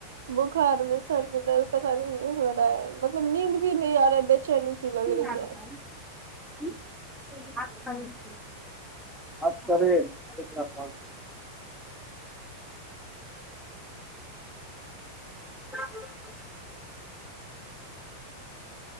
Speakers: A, on the right (about 60°); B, in the centre.
A: बोखार में सर में दर्द पता न हो रहा मतलब नींद भी नी आ रहा बेचैनी सी
B: <unintelligible>
A: लग रही है
B: ब करे अ <unintelligible> ह <unintelligible>